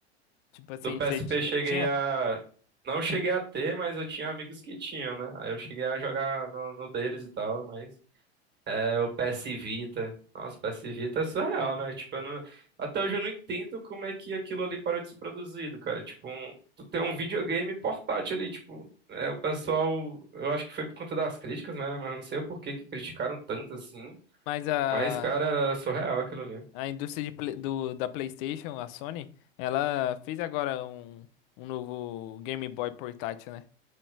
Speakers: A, on the left; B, on the right.
A: Tipo assim,
B: Do PSP
A: você
B: cheguei
A: tinha?
B: a. Não cheguei a ter, mas eu tinha amigos que tinham, né? Aí eu cheguei a jogar no, no deles e tal, mas. É o PS Vita. Nossa, o PS Vita é surreal, né? Tipo, eu não... até hoje eu não entendo como é que aquilo ali parou de ser produzido, cara. Tipo, um... tu tem um videogame portátil ali, tipo, é, o pessoal, eu acho que foi por conta das críticas, né? Mas eu não sei o porquê que criticaram tanto assim.
A: Mas a
B: Mas, cara, era surreal aquilo ali.
A: A indústria de play- do, da PlayStation, a Sony, ela fez agora um, um novo Game Boy portátil, né?